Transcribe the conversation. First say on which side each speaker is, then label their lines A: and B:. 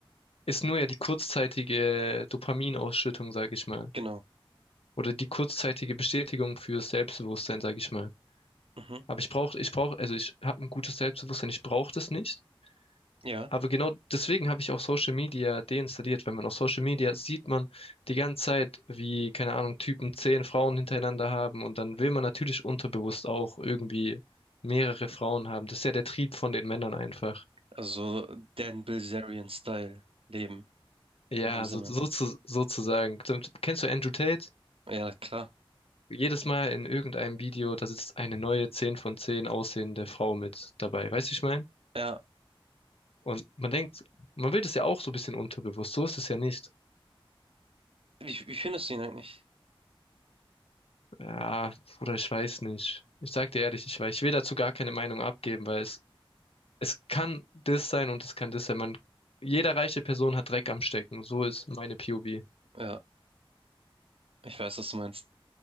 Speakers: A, on the left (about 80°); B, on the right (about 75°).
A: ist nur ja die kurzzeitige Dopaminausschüttung, sage ich mal.
B: Genau.
A: oder die kurzzeitige Bestätigung für Selbstbewusstsein, sage ich mal.
B: Mhm.
A: Aber ich brauche, ich brauche, also ich habe ein gutes Selbstbewusstsein, ich brauche das nicht.
B: Ja,
A: Aber genau deswegen habe ich auch Social Media deinstalliert, weil man auf Social Media sieht man die ganze Zeit, wie, keine Ahnung, Typen zehn Frauen hintereinander haben und dann will man natürlich unterbewusst auch irgendwie mehrere Frauen haben. Das ist ja der Trieb von den Männern einfach.
B: also so Dan Bilzerian-Style leben,
A: Ja,
B: in dem Sinne.
A: so, so zu, sozusagen. Kennst du Andrew Tate?
B: Ja, klar.
A: jedes Mal in irgendeinem Video, da sitzt eine neue 10 von 10 aussehende Frau mit dabei. Weißt du, wie ich meine?
B: Ja,
A: Und man denkt, man will das ja auch so ein bisschen unterbewusst. So ist es ja nicht.
B: wie, wie findest du ihn eigentlich?
A: Ja, Bruder, ich weiß nicht. Ich sag dir ehrlich, ich weiß. Ich will dazu gar keine Meinung abgeben, weil es, es kann das sein und es kann das sein. Man, jeder reiche Person hat Dreck am Stecken. So ist meine POV.
B: Ja, ich weiß, was du meinst.